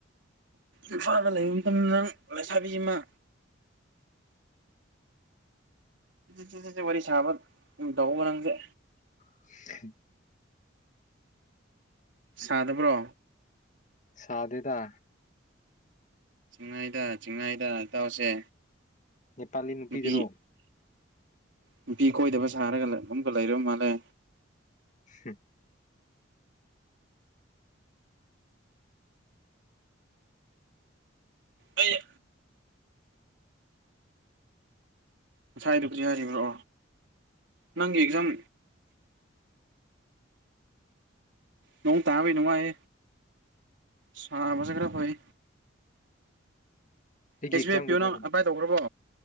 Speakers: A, on the right; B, on the left.
A: ꯏꯝꯐꯥꯜꯗ ꯂꯩꯕ ꯃꯇꯝꯗ ꯅꯪ ꯂꯩꯁꯥꯕꯤ ꯑꯃ ꯆꯆꯦ ꯋꯥꯔꯤ ꯁꯥꯕ ꯗꯎ ꯅꯗꯦ
B: <inaudible>
A: ꯁꯅꯕ꯭ꯔꯣ
B: ꯁꯥꯗꯗ
A: ꯆꯤꯡꯅꯥꯏꯗ ꯆꯤꯡꯅꯥꯏꯗ ꯏꯇꯥꯎꯁꯦ
B: ꯅꯦꯄꯥꯂꯤ ꯅꯨꯄꯤꯗꯨꯔꯣ
A: ꯅꯨꯄꯤ ꯅꯨꯄꯤ ꯀꯣꯏꯗꯕ ꯁꯥꯔꯒꯒꯨꯝꯒ ꯂꯩꯔꯨ ꯃꯥꯜꯂꯦ
B: ꯎꯝ
A: ꯑꯩ ꯉꯁꯥꯏꯗꯕꯨꯖꯤꯛ ꯍꯥꯏꯔꯤꯕ꯭ꯔꯣ ꯅꯪꯒꯤ ꯑꯦꯛꯖꯥꯝ ꯅꯣꯡ ꯇꯥꯕꯩ ꯅꯨꯡꯉꯥꯏ ꯁꯥꯕꯁꯦ ꯈꯔ ꯍꯣꯏ
B: ꯑꯩꯒꯤ
A: ꯑꯦꯁ
B: ꯑꯦꯛꯖꯥꯝ
A: ꯕꯤ ꯑꯥꯏ ꯄꯤꯌꯨ
B: ꯀꯩꯗ
A: ꯅꯪ ꯑꯥꯏ ꯇꯧꯈ꯭ꯔꯕꯣ